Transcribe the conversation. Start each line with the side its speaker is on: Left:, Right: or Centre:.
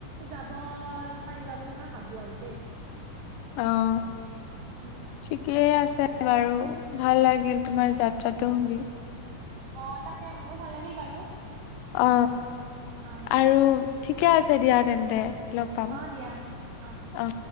Right: যাব পাৰিবা বুলি মই ভাবো আৰু দেই।
Left: অহ,
Right: উম
Left: ঠিকেই আছে বাৰু। ভাল লাগিল তোমাৰ যাত্ৰাটো শুনি।
Right: অ তাকে, মোৰো ভাল লাগিল বাৰু।
Left: অ,
Right: অ
Left: আৰু ঠিকে আছে দিয়া তেন্তে লগ পাম
Right: অহ দিয়া অহ।
Left: অ'।